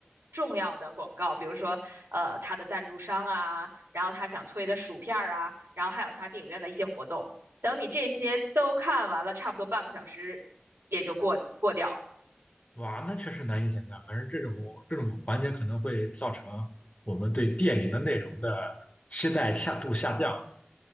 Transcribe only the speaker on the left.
哇，那确实难以想象。反正这种这种环节可能会造成我们对电影的内容的期待下度下降，